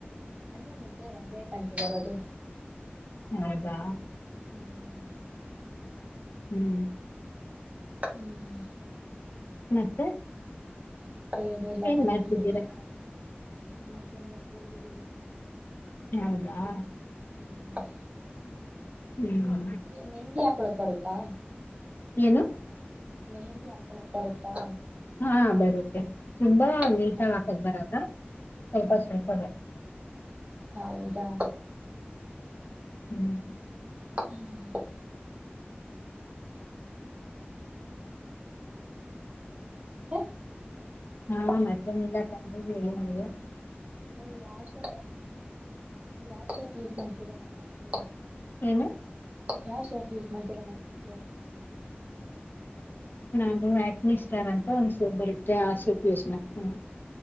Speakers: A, on the right; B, on the left.
A: ನಂದೆ ಮುದ್ದೆ ಒಂದೇ ಕಂ ಬರೋದು
B: ಹೌದಾ
A: ಹ್ಮ್
B: ಹ್ಞೂ
A: ಹ್ಮ್
B: ಮತ್ತೆ
A: ಮತ್ತೆ ಏನಲ್ಲ
B: ಏನ್
A: ಕಂಡ್ರೆ
B: ಮಾಡ್ತಿದ್ದೀರಾ
A: ಹೇಳ್ಬೇಕು ನ ಸುಮ್ಮನೆ ಕೂತಿದ್ದೀವಿ
B: ಹೌದಾ
A: ಹ್ಮ್
B: ಹ್ಮ
A: ಮೆಂಗಿ ಹಾಕಳಕ್ ಬರುತ್ತಾ
B: ಏನು
A: ಮೆಹಿಂದಿ ಹಾಕೊಳಕ್ ಬರುತ್ತಾ
B: ಹಾ ಬರುತ್ತೆ ತುಂಬಾ
A: ಹ್ಮ್
B: ನೀಟಾಗಿ ಹಾಕದ್ ಬರಲ್ಲ ಸ್ವಲ್ಪ ಸ್ವಲ್ಪ ಬರುತ್ತೆ
A: ಹೌದಾ
B: ಹ್ಞೂ
A: ಹ್ಮ್ ಮತ್ತೆ
B: ಹಾ ಮತ್ತೆನಿಲ್ಲ ಹೇಳಗೆ
A: ನೀ ಯಾವ್ ಸಪ ಯಾವ್ ಸೊಪ ಯಸ್ ಮಾಡ್ತೀರಾ ಮಠಕ್ಕೆ
B: ಹ್ಮ
A: ಯಾವ್ ಶಾಪ್ ಯೂಸ್ ಮಾಡ್ತೀರಾ ಮಾಡ್ಕಕ್ಕೆ
B: ನಾನು ಆಕ್ನಿ ಸ್ಟಾರ್ ಅಂತ ಒಂದು ಸೂಪ್ ಬರುತ್ತೆ ಆ ಸೋಪ್ ಯೂಸ್ ಮಾಡತೀ